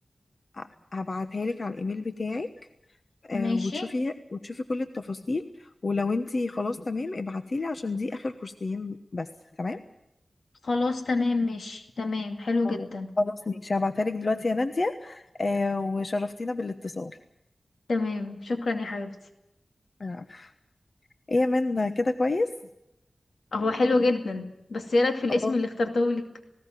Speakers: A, on the left; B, on the left.
A: ه- هبعتها لك على الايميل بتاعي آه،
B: ماشي
A: وتشوفي وتشوفي كل التفاصيل ولو انتي خلاص تمام ابعتيلي عشان دي اخر كورسين بس تمام
B: خلاص تمام ماشي تمام حلو
A: خلاص
B: جدا
A: خلاص ماشي هبعتهالك دلوقتي يا نادية آه وشرفتينا بالاتصال
B: تمام شكرا يا حبيبتي
A: آه. ايه يا من كده كويس
B: هو حلو جدا بس ايه رايك في الاسم
A: خلاص
B: اللي اخترته لك